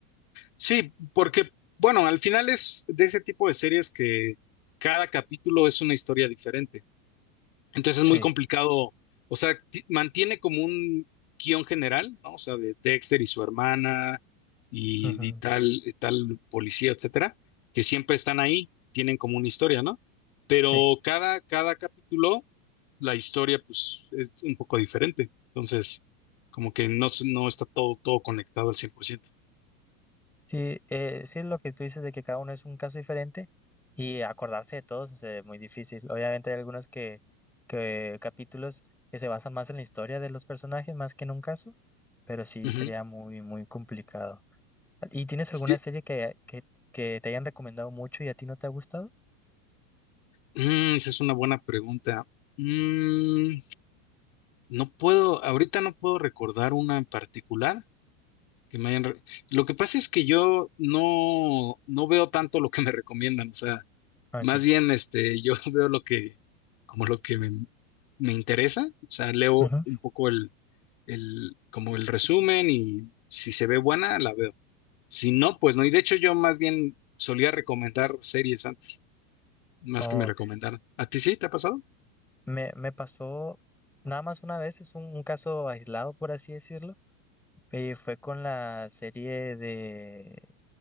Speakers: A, on the left; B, in the centre.
A: Sí, porque, bueno, al final es de ese tipo de series que cada capítulo es una historia diferente. Entonces es
B: Sí.
A: muy complicado, o sea, ti- mantiene como un guión general, ¿no? O sea, de Dexter y su hermana y,
B: ujú,
A: y tal, tal policía, etcétera, que siempre están ahí, tienen como una historia, ¿no? Pero
B: Sí.
A: cada, cada capítulo, la historia, pues, es un poco diferente. Entonces, como que no, se- no está todo, todo conectado al 100%.
B: Sí, eh, sí, lo que tú dices de que cada uno es un caso diferente y acordarse de todos es eh, muy difícil. Obviamente hay algunos que, que capítulos que se basan más en la historia de los personajes más que en un caso, pero sí
A: Ujú.
B: sería muy, muy complicado. ¿Y tienes alguna
A: Sí.
B: serie que, que, que te hayan recomendado mucho y a ti no te ha gustado?
A: Mm, esa es una buena pregunta. Mm, no puedo, ahorita no puedo recordar una en particular. que me hayan re- Lo que pasa es que yo no, no veo tanto lo que me recomiendan, o sea,
B: Aquí.
A: más bien este, yo <laughs> veo lo que, como lo que me, me interesa, o sea, leo
B: Ujú.
A: un poco el, el, como el resumen y si se ve buena, la veo. Si no, pues no, y de hecho yo más bien solía recomendar series antes, más
B: Oh,
A: que me recomendaran. ¿A ti sí te ha pasado?
B: me, me pasó nada más una vez, es un, un caso aislado, por así decirlo, y fue con la serie de